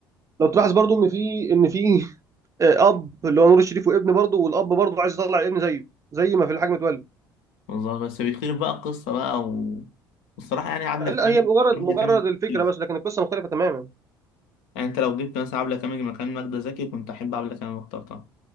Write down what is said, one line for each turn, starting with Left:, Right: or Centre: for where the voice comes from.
Right: لو تلاحظ برضو ان في ان في <laughs> آه، اب اللي هو نور الشريف وابن برضو والاب برضو عايز يطلع الابن زيه زي ما في الحاج متولي
Left: بالظبط بس بيخير بقى القصة بقى و... والصراحة يعني عبلة
Right: آه، لا
Left: كامل
Right: هي مجرد
Left: عبلة
Right: مجرد
Left: كامل
Right: الفكره
Left: مختلف.
Right: بس لكن القصه مختلفه تماما
Left: يعني أنت لو جبت مثلا عبلة كامل مكان منى زكي كنت أحب عبلة كامل واخترتها